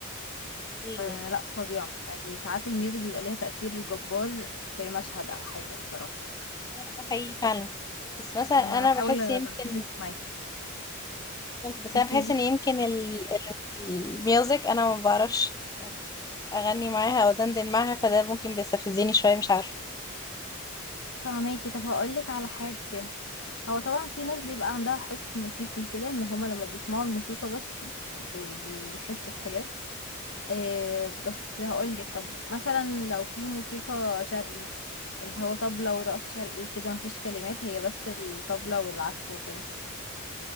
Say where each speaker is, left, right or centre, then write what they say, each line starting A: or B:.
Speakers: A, on the left; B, on the left.
A: ايه
B: فلا فظيعة يعني ساعات الميوزك بيبقى ليها تأثير جبار في مشهد أو حاجة بصراحة
A: آه، ده حقيقي فعلا بس مثلا
B: أنا
A: انا
B: هحاول
A: بحس
B: أبعتلك
A: يمكن
B: معايا
A: ممكن بس
B: تحسي
A: انا بحس
B: إيه؟
A: ان يمكن ال- ال- الميوزك انا ما بعرفش يعني اغني معاها او دندن معاها فده ممكن بيستفزني شويه مش عارفه
B: فهماكي طب هقولك على حاجة هو طبعا في ناس بيبقى عندها حس موسيقي كده إن هما لما بيسمعوا الموسيقى بس ب- بيحسوا بحاجات إيه بس هقولك طب مثلا لو في موسيقى شرقي اللي هو طبلة ورقص شرقي وكده مفيش كلمات هي بس الطبلة والعزف وكده